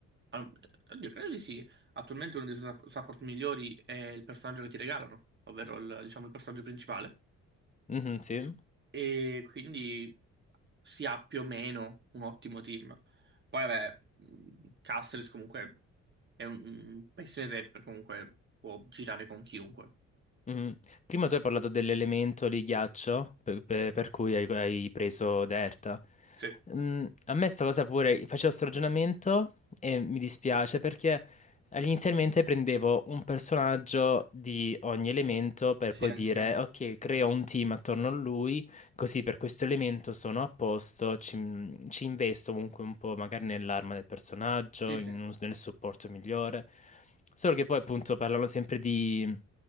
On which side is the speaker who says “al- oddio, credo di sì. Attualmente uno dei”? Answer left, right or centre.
Right